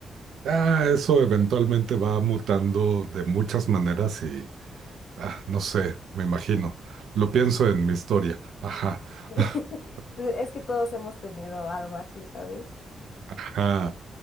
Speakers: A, on the right; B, on the left.
A: Ah, eso eventualmente va mutando de muchas maneras y, ah, no sé, me imagino. Lo pienso en mi historia. Ajá.
B: <laughs>
A: <laughs>
B: Pues Es que todos hemos tenido algo así, ¿sabes?
A: Ajá.